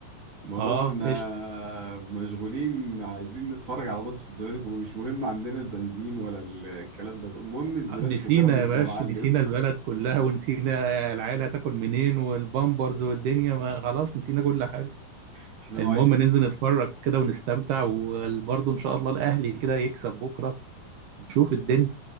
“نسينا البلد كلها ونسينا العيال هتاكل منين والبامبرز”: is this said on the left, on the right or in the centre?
Right